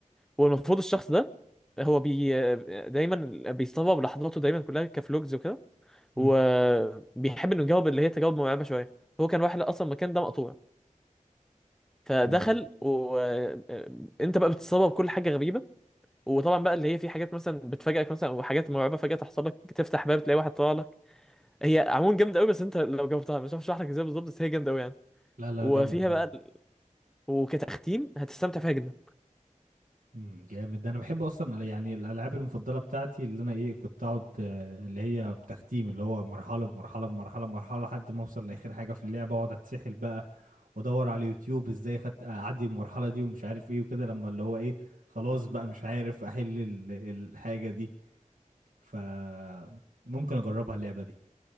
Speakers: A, in the centre; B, on the right.
A: والمفروض الشخص ده هو بي آه، دايما بيصور لحظاته دايما كلها كفلوجز وكده وبيحب
B: امم
A: انه يجاوب اللي هي تجاوب مرعبه شويه هو كان رايح اصلا المكان ده مقطوع فدخل
B: تمام
A: وانت بقى بتتصور بكل حاجه غريبه وطبعا بقى اللي هي في حاجات مثلا بتفاجئك مثلا وحاجات مرعبه فجاه تحصل لك تفتح باب تلاقي واحد طالع لك هي عموما جامده قوي بس انت لو جاوبتها مش عارف اشرح لك ازاي بالظبط بس هي جامده قوي يعني
B: لا لا
A: وفيها
B: جامدة جامدة
A: بقى ال- وكتختيم هتستمتع فيها جدا
B: امم جامد ده انا بحب اصلا يعني الالعاب المفضلة بتاعتي اللي انا ايه كنت اقعد آه، اللي هي بتختيم اللي هو مرحلة بمرحلة بمرحلة بمرحلة لحد ما اوصل لاخر حاجة في اللعبة واقعد اتسحل بقى وادور على اليوتيوب ازاي خدت اعدي المرحله دي ومش عارف ايه وكده لما اللي هو ايه خلاص بقى مش عارف احل ال- الحاجه دي ف ممكن اجربها اللعبه دي